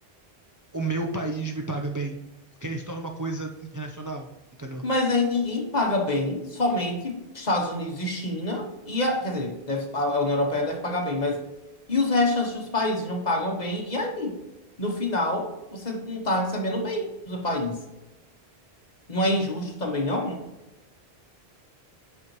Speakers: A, on the right; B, on the left.
A: o meu país me paga bem, porque aí se torna uma coisa internacional, entendeu?
B: Mas aí ninguém paga bem, somente Estados Unidos e China, e a, quer dizer, deve- a União Europeia deve pagar bem, mas e os restantes dos países não pagam bem, e aí? No final, você não está recebendo bem do seu país. Não é injusto também, não?